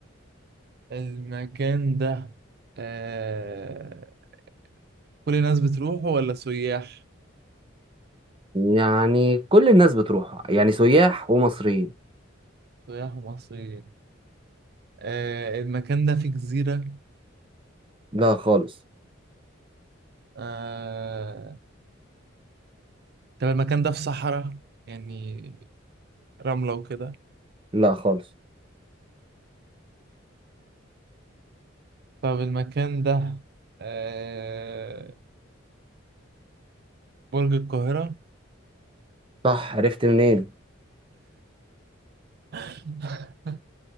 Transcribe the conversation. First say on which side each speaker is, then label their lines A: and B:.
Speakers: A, on the right (about 50°); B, on the right (about 25°).
A: المكان ده آه كل الناس بتروحه ولا سياح؟
B: يعني كل الناس بتروح يعني سياح ومصريين
A: سياح ومصريين آه، المكان ده في جزيرة
B: لا خالص
A: آه، طب المكان ده في صحراء يعني رملة وكده
B: لا خالص
A: طب المكان ده آه، برج القاهرة
B: صح عرفت منين
A: <laughs>